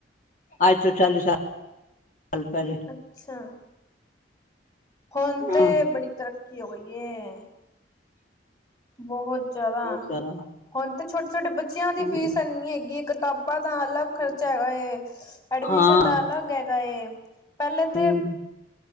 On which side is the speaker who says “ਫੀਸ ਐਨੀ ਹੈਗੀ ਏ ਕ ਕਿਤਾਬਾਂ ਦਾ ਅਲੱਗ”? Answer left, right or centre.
Left